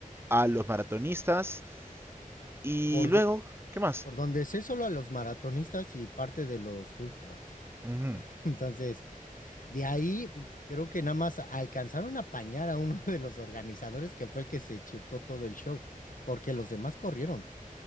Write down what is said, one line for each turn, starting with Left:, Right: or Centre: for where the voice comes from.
Right: a los maratonistas y
Left: Por,
Right: luego,
Left: do-
Right: ¿qué más?
Left: por donde sé solo a los maratonistas y parte de los food trucks.
Right: Ujú.
Left: <laughs> Entonces, de ahí creo que nada más alcanzaron a apañar a uno de los organizadores que fue el que se chutó todo el show, porque los demás corrieron.